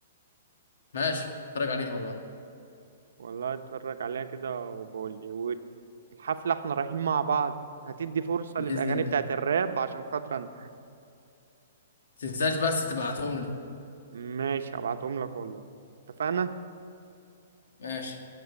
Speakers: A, on the left (about 70°); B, on the right (about 80°).
A: ماشي اتفرج عليها والله
B: والله اتفرج عليها كده وبقول لي والحفله احنا رايحين مع بعض هتدي فرصه
A: بإذن
B: للاغاني
A: الله
B: بتاعت الراب عشان خاطر انا
A: متنساش بس تبعتهم لي
B: ماشي هبعتهم لك والله اتفقنا
A: ماشي